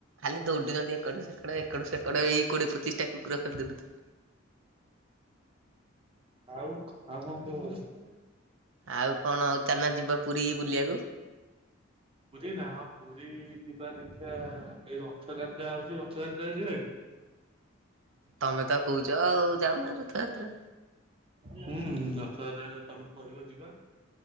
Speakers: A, on the right; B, on the right.
A: ଖାଲି ଦୌଡିଛନ୍ତି ଏକଡୁ ସେକଡ ଏ ଏକଡୁ ସେକଡ ଏଇ କୋଡିଏ ପଚିଶଟା କୁକୁର ଖାଲି ଦୌଡୁ ଥି
B: ଆଉ ଆଉ କଣ କୁହ
A: ଆଉ କଣ ଚାଲନ ଯିବା ପୁରୀ ବୁଲିବାକୁ।
B: ପୁରୀ ନା ହଁ ପୁରୀ ଯିବା ଦେଖିବା ଏଇ ରଥଯାତ୍ରା ହୋଉଚି ରଥଯାତ୍ରା ଯିବା କି?
A: ତମେ ତ କୋହୁଚ ଆଉ ଯାଉନ ରଥଯାତ୍ରା।
B: ହୁଁ ରଥଯାତ୍ରା ଯଦି ତମେ କିବ ଯିବା।